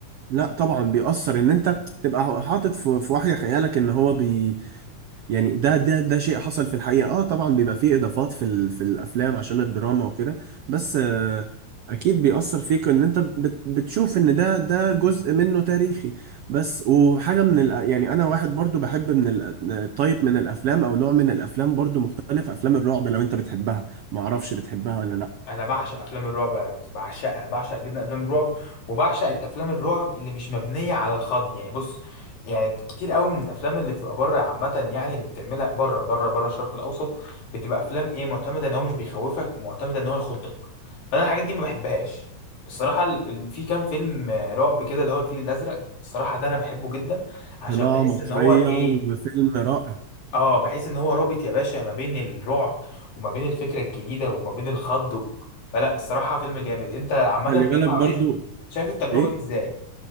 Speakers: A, on the right (about 80°); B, on the left (about 85°).
A: لا طبعا بيأثر إن أنت تبقى حاطط في في وحي خيالك إن هو بي يعني ده ده ده شيء حصل في الحقيقة اه طبعا بيبقى فيه اضافات في ال- في الافلام عشان الدراما وكده بس آه اكيد بيأثر فيك ان انت بت بتشوف ان ده ده جزء منه تاريخي بس وحاجة من ال يعني انا واحد برضو بحب من ال طيب من الافلام او نوع من الافلام برضو مختلف افلام الرعب لو انت بتحبها ما اعرفش بتحبها ولا لا
B: انا بعشق افلام الرعب يا ميكس، بعشقها بعشق جدا افلام الرعب وبعشق الافلام الرعب اللي مش مبنيه على الخض يعني بص يعني كتير قوي من الافلام اللي بتبقى بره عامه يعني اللي بتعملها بره بره بره الشرق الاوسط بتبقى افلام ايه معتمده ان هو مش بيخوفك معتمده ان هو يخضك فانا الحاجات دي ما بحبهاش الصراحه ال- ال- في كام فيلم آه، رعب كده اللي هو الفيل الازرق الصراحه ده انا بحبه جدا عشان
A: قناة
B: بحس
A: مصرية
B: ان هو ايه
A: وفيلم رائع
B: اه بحيث ان هو رابط يا باشا ما بين الرعب وما بين الفكره الجديده وما بين الخض و... فلا الصراحه فيلم جامد انت عامه
A: خلي
B: كريم
A: بالك
B: عبد
A: برضو
B: العزيز شايف التجربه
A: ايه
B: دي ازاي